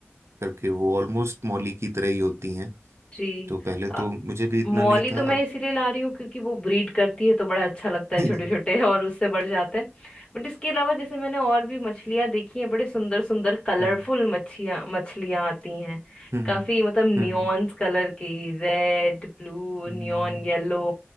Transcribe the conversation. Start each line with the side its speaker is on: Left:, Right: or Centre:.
Right: करके वो ऑलमोस्ट मॉली की तरह ही होती हैं
Left: जी
Right: तो पहले तो
Left: अ,
Right: मुझे भी इतना
Left: मौली
Right: नहीं
Left: तो
Right: था
Left: मैं
Right: अब
Left: इसीलिए ला रही हूँ क्योंकि वो ब्रीड करती है तो बड़ा अच्छा लगता है
Right: <laughs>
Left: छोटे छोटे <laughs> और उससे बढ़ जाते हैं बट इसके अलावा जैसे मैंने और भी मछलियाँ देखी हैं बड़े सुंदर सुंदर कलरफुल
Right: हम्म
Left: मच्छियाँ मछलियाँ आती हैं
Right: हम्म
Left: काफी
Right: हम्म
Left: मतलब नियॉन्स
Right: हम्म,
Left: कलर की red blue
Right: हम्म,
Left: neon yellow